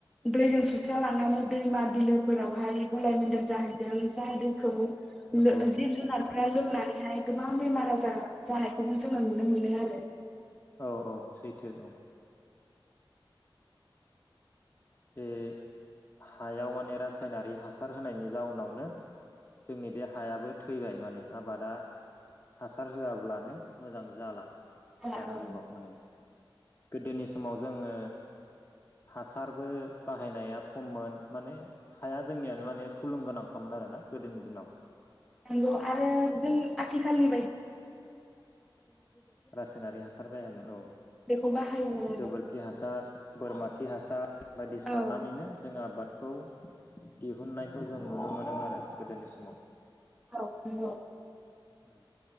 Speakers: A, in the centre; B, on the left (about 25°).
A: दैजों सुस्रा लांनानै दैमा बिलोफोरावहाय गलाय मेदेर जाहैदों जाय दैखौ जि
B: नंगौ
A: जिब जुनार फोरा लोंनानैहाय गोबां बेमार आजार जानायखौबो जोङो नुनो मोनो आरो
B: औ औ सैथो औ बे हायाव माने रासायनारि हासार होनायनि जाउनावनो जोंनि बे हायाबो थैबाय माने आबादा हासार होआब्लानो मोजां जाला
A: आरो
B: दानि जुगाव माने गोदोनि समाव जोङो हासारबो बाहायनाया खममोन माने हाया जोंनियानो माने फुलुंगोनां खामोन आरो ना गोदोनि दिनाव
A: नंगौ आरो जों आथिखालनि
B: रासायनारि हासार बायामोन औ
A: बेखौ बाहायोमोन
B: गोबोरखि
A: आरो
B: हासार बोरमा खि हासार बायदि सारनानैनो
A: औ
B: जोङो आबाद खौ दिहुननायखौ जों नुनो मोनोम आरो गोदोनि समाव
A: औ नोंगौ।
B: उम।